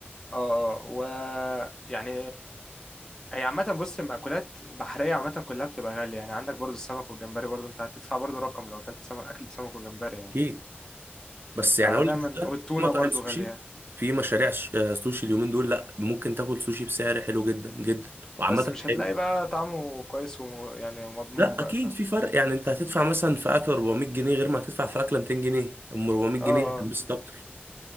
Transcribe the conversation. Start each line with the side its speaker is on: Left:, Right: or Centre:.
Left: اه اه ويعني هي عامة بص المأكولات بحرية عامة كلها بتبقى غالية يعني عندك برضو السمك والجمبري برضو انت هتدفع برضو رقم لو اكلت سمك اكلت سمك وجمبري يعني
Right: اكيد بس يعني
Left: فدايما
Right: اقول لك ده
Left: والتونة
Right: في مطاعم
Left: برضو
Right: سوشي
Left: غالية يعني.
Right: في مشاريع ش- آه، سوشي اليومين دول لا ممكن تاكل سوشي بسعر حلو جدا جدا وعامه
Left: بس مش هتلاقي
Right: حلو
Left: بقى طعمه كويس وم... يعني ومضمون
Right: لا
Left: بقى
Right: اكيد
Left: فاهم
Right: في فرق يعني انت هتدفع مثلا في اكل 400 جنيه غير ما هتدفع في اكله 200 جنيه ام 400 جنيه
Left: اه اه
Right: هتلبسك اكتر